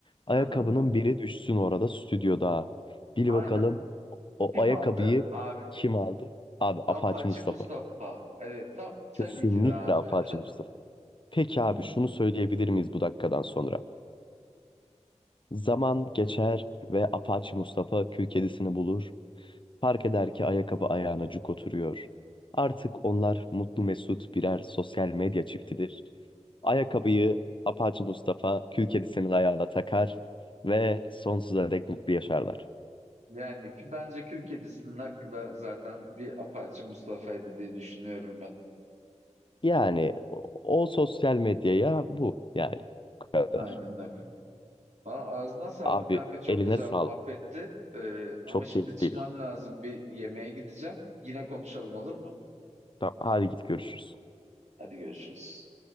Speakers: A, on the left; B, on the right.
A: Ayakkabının
B: Aha,
A: biri düşsün orada stüdyoda. Bil
B: aynen.
A: bakalım o
B: Kim
A: o ayakkabıyı
B: aldı? Abi.
A: kim aldı? Abi
B: Apache
A: Apache Mustafa.
B: Mustafa. Evet ta- tabii
A: Kesinlikle
B: ki de abi.
A: apaçı Mustafa. Peki abi
B: <laughs>
A: şunu söyleyebilir miyiz bu dakikadan sonra? Zaman geçer ve apaçı Mustafa kül kedisini bulur. Fark eder ki ayakkabı ayağına cuk oturuyor. Artık onlar mutlu mesut birer sosyal medya çiftidir. Ayakkabıyı apaçı Mustafa kül kedisinin ayağına takar ve sonsuza dek mutlu yaşarlar.
B: Yani ki bence Kül Kedisi'nin hakkı da zaten bir Apache Mustafa'ydı diye düşünüyorum ben.
A: Yani o, o sosyal medyaya bu yani bu kadar.
B: Aynen öyle. Valla ağzına sağlık
A: Abi
B: kanka. Çok
A: eline
B: güzel
A: sağlık.
B: muhabbetti. Ee, ama
A: Çok
B: şimdi
A: keyifliydi.
B: çıkmam lazım. Bir yemeğe gideceğim. Yine konuşalım olur mu?
A: Tamam, hadi git görüşürüz.
B: Hadi görüşürüz.